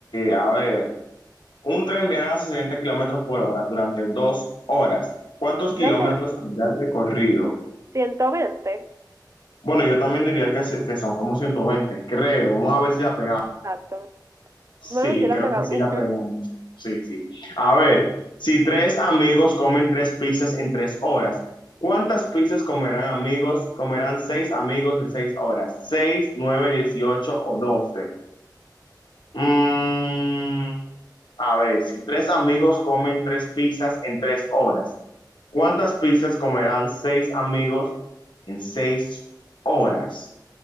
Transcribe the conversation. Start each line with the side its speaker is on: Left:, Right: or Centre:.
Left: a ver. Un tren viaja a 60 kilómetros por hora durante dos horas. ¿Cuántos kilómetros
Right: Creo que
Left: habrá recorrido?
Right: ciento veinte
Left: Bueno, yo también diría que, se- que son como 120, creo. Vamos a ver si la pegamos.
Right: Exacto.
Left: Sí,
Right: Bueno, sí la
Left: creo
Right: pegamos.
Left: que sí la pegamos.
Right: <laughs>
Left: Sí, sí. A ver, si tres amigos comen tres pizzas en tres horas, ¿cuántas pizzas comerán amigos? Comerán seis amigos en seis horas. ¿Seis, nueve, dieciocho o doce? Mm, a ver, si tres amigos comen tres pizzas en tres horas, ¿cuántas pizzas comerán seis amigos en seis horas?